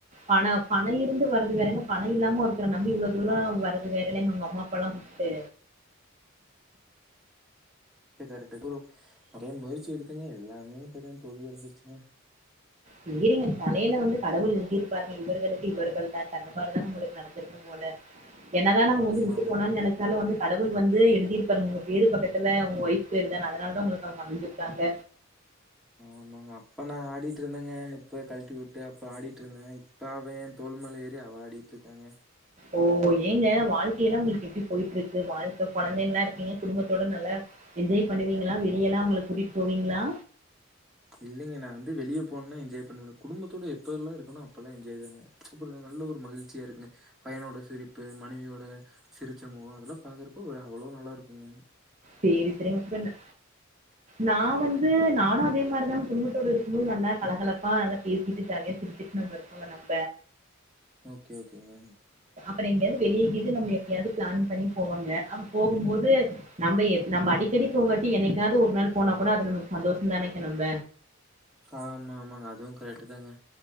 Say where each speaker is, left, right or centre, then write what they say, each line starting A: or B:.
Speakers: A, on the right (about 35°); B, in the centre.
A: பணோ பணோ இருந்து வர்றது வேறங்க பணோ இல்லாம ஒருத்தர நம்பி இவ்ளோ தூரோ வர்றது வேற இல்லைங்க அவுங்க அம்மா அப்பால்லா உட்டு
B: கரெக்ட்டு கரெக்ட்டு கு நெறைய முயற்சி எடுத்தேங்க எல்லாமே பாத்தா தோல்வி அடஞ்சிருச்சுங்க
A: சேரிங்க தலைல வந்து கடவுள் எழுதிருப்பாருங்க இவர்களுக்கு இவர்கள்தான்ட்டு அந்த மாரிதா உங்களுக்கு நடந்திருக்கு போல என்னதா நம்ம
B: ஆமா
A: வந்து விட்டு
B: ஆமாங்க.
A: போணானு நெனைச்சாலு வந்து க கடவுள் வந்து எழுதிருப்பாருங்க உங்க பேரு பக்கத்துல உங்க ஒய்ஃப் பேருதானு அதனாலதா உங்களுக்கு அவங்க அமஞ்சிருக்காங்க
B: ஆமாங்க அப்ப நா ஆடிட்ருந்தேங்க இப்ப கழட்டிவிட்டு அப்ப ஆடிட்ருந்தே இப்ப அவ ஏன் தோள் மேல ஏறி அவ ஆடிட்ருக்காங்க
A: ஓ ஏங்க வாழ்க்கை எல்லா உங்களுக்கு எப்டி போயிட்ருக்கு வாழ்க்க கொழந்தை எல்லா இருக்கு குடும்பத்தோட நல்லா என்ஜாய் பண்ணுவீங்களா வெளிய எல்லா அவங்கள கூட்டிட்டு போவீங்களா?
B: இல்லைங்க நா வந்து வெளிய போனன்னா என்ஜாய் பண்ண மாட்ட குடும்பத்தோட எப்பெல்லா இருக்கனோ அப்பல்லா என்ஜாய்தாங்க அப்பல்லா நல்ல ஒரு மகிழ்ச்சியா இருக்குங்க பையனோட சிரிப்பு மனைவியோட சிரிச்ச முகோ அதெல்லா பாக்குறப்போ ஒரு அவ்ளோ நல்லா இருக்குங்க
A: சேரி சேரிங்க <unintelligible> நா வந்து நானு அதே மாரிதா குடும்பத்தோட இருக்கும் போது நல்லா கலகலப்பா நல்லா பே சிட்டு ஜாலியா சிரிச்சிட்டு நம்ம இருப்போங்க நம்ம
B: ஓகே ஓகேங்க
A: அப்பற எங்கயாது வெளிய கீது நம்ம எப்பயாது பிளான் பண்ணி போவாங்க அ போகும் போது நம்ம எப் நம்ப அடிக்கடி போகாட்டி என்னைக்காது ஒரு நாள் போனா கூட அது நமக்கு சந்தோஷந்தான்னு நெனைக்கே நம்ப
B: ஆமா ஆமாங்க அதுவு கரெக்ட்டுதாங்க